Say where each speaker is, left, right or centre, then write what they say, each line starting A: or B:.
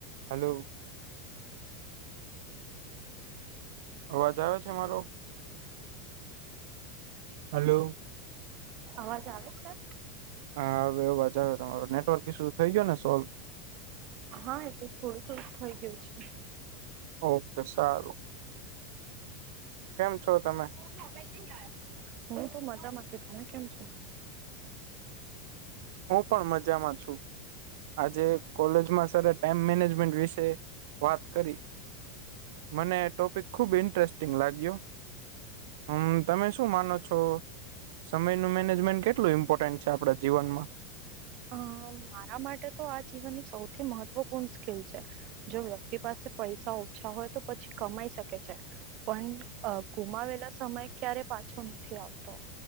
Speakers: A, on the right (about 70°); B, on the right (about 50°).
A: Hello. અવાજ આવે છે મારો. હલો.
B: અવાજ આવે છે.
A: હા હવે એવ વાજ આવે તમારો નેટવર્ક ઈ શું થઈ ગયો ને સોલ્વ.
B: હા એટલે થોડું થોડું થઈ ગયું છે.
A: ઓકે સારું. કેમ છો તમે.
B: હ પહેલી ચાર. હું તો મજામાં છું તમે કેમ છો.
A: હું પણ મજામાં છું. આજે કોલેજમાં સર ટાઈમ મેનેજમેન્ટ વિશે વાત કરી. મને ટોપિક ખુબ ઇન્ટરેસ્ટિંગ લાગ્યો. હમ તમે શું માનો છો. સમયનું મેનેજમેન્ટ કેટલું ઈમ્પોર્ટન્ટ છે આપણા જીવનમાં.
B: અ મારા માટે તો આ જીવનની સૌથી મહત્વપૂર્ણ સ્કિલ છે. જો વ્યક્તિ પાસે પૈસા ઓછા હોય તો પછી કમાઈ શકે છે. પણ ગુમાવેલા સમય ક્યારે પાછો નથી આવતો.